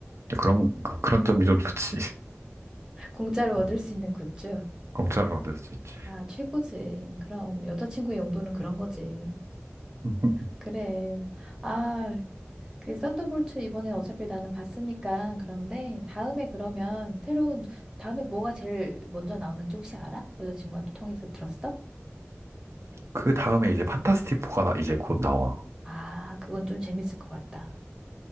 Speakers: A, on the right (about 70°); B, on the right (about 15°).
A: 그런 그런 점이 좀 좋지.
B: 공짜로
A: 음,
B: 얻을 수 있는 굿즈.
A: 공짜로 얻을 수 있지.
B: 아, 최고지. 그럼 여자친구의 용도는 그런 거지.
A: <laughs>
B: 그래. 아, 그 썬더볼트 이번에 어차피 나는 봤으니까 그런데 다음에 그러면 새로운 다음에 뭐가 제일 먼저 나오는지 혹시 알아? 여자친구한테 통해서 들었어?
A: 그 다음에 이제 판타스틱 4가 이제 곧 나와.
B: 아, 그건 좀 재밌을 것 같다.